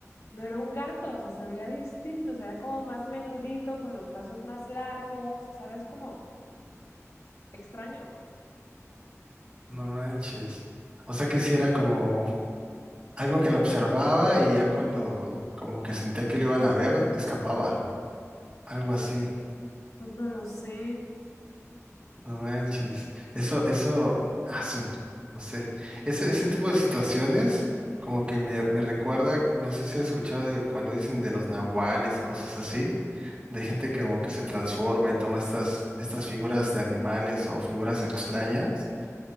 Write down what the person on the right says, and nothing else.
No manches. O sea que sí era como algo que lo observaba y ya cuando como que sentía que lo iban a ver, escapaba. Algo
así.
No manches. Eso, eso, ah, su- no sé. Ese, ese tipo de situaciones como que me, me recuerda, no sé si has escuchado de cuando dicen de los nahuales y cosas así, de gente que como que se transforma y toma estas, estas figuras de animales o figuras extrañas